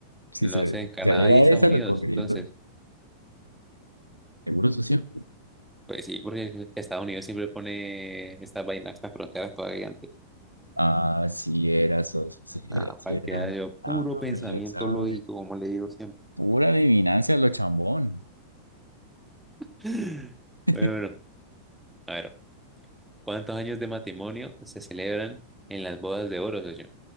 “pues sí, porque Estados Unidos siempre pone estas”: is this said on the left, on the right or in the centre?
Centre